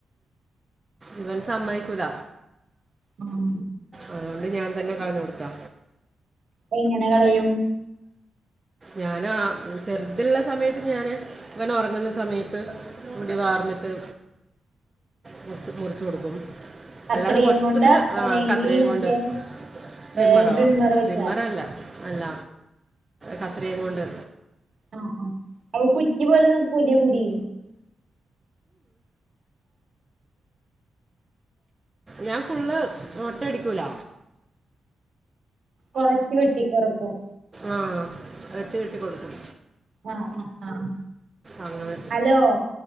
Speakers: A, on the right; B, on the right.
A: ഇവൻ സമ്മതിക്കൂല
B: ഉം
A: അതോണ്ട് ഞാൻ തന്നെ കളഞ്ഞോട്ക്കാ
B: എങ്ങനെ കളയും?
A: ഞാനാ ചെർതിള്ള സമയത്ത് ഞാന് ഇവൻ ഒറങ്ങുന്ന സമയത്ത് മുടി വാർന്നിട്ട് കൊറച്ച് മുറിച്ചോടുക്കും
B: കത്രികയും
A: അല്ലാതെ മൊത്തത്തില്
B: കൊണ്ടോ അല്ലെങ്കി
A: ആഹ് കത്രികേം
B: മറ്റേ
A: കൊണ്ട് ട്രിമ്മറോ
B: ഏഹ് ട്രിമ്മർ വെച്ചാ
A: ട്രിമ്മറല്ല അല്ല കത്രികേം കൊണ്ട്
B: ആഹ് ആഹ് അപ്പൊ കുറ്റി പോലെ നിക്കുലെ മുടി
A: ഞാൻ ഫുള്ള് മൊട്ടയടിക്കൂല
B: കൊറച്ച് വെട്ടികൊറക്കും
A: ആഹ് കൊറച്ച് വെട്ടി കൊടുക്കും
B: ആഹ ആഹ്
A: അങ്ങനെ
B: അലോ